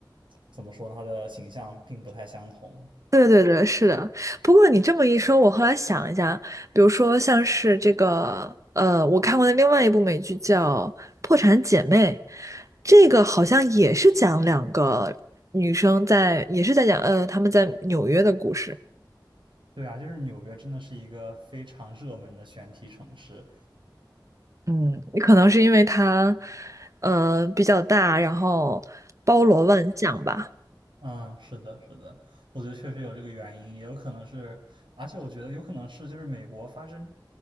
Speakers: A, on the right (about 90°); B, on the right (about 40°).
A: 怎么说呢，他的形象并不太相同。
B: 对对对，是的。不过你这么一说，我后来想一下，比如说像是这个，呃，我看过的另外一部美剧叫《破产姐妹》，这个好像也是讲两个女生在，也是在讲，呃，她们在纽约的故事。
A: 对啊，就是纽约真的是一个非常热门的选题城市。
B: 嗯，可能是因为它，呃，比较大，然后包罗万象吧，
A: 嗯，是的，是的，我觉得确实有这个原因，也有可能是，而且我觉得有可能是，就是美国发生